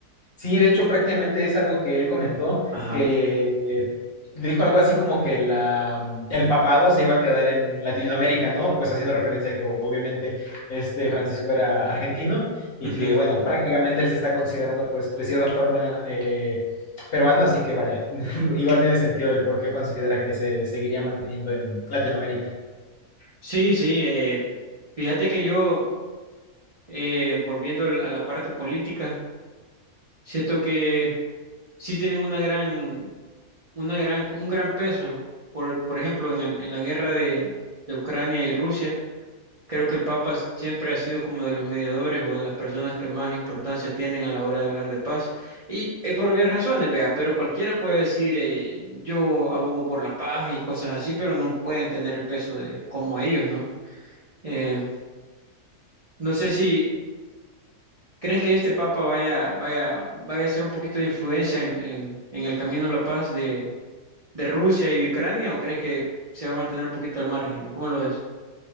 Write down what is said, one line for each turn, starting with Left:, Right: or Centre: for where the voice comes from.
Left: Sí, de hecho, prácticamente es algo que él comentó,
Right: Ajá.
Left: que eh, dijo algo así como que la, mm, el papado se iba a quedar en Latinoamérica, ¿no? Pues haciendo referencia a que obviamente este Francisco era argentino y
Right: ujú.
Left: que, bueno, prácticamente él se está considerando, pues, de cierta forma eh, peruano, así que vaya, <laughs> igual tiene sentido el por qué considera que se seguiría manteniendo en Latinoamérica.
Right: Sí, sí. eh, fíjate que yo, eh, volviendo al- a la parte política, siento que sí tienen una gran, una gran, un gran peso. Por, por ejemplo, en el- en la guerra de, de Ucrania y Rusia. Creo que el Papa siempre ha sido como de los mediadores o de las personas que más importancia tienen a la hora de hablar de paz. Y eh, por obvias razones, vea, pero cualquiera puede decir eh, yo abogo por la paz y cosas así, pero no pueden tener el peso de como ellos, ¿no? Eh, no sé si crees que este Papa vaya, vaya, vaya a ser un poquito de influencia en, en, en el camino a la paz de, de Rusia y de Ucrania, o crees que se va a mantener un poquito al margen. ¿Cómo lo ves?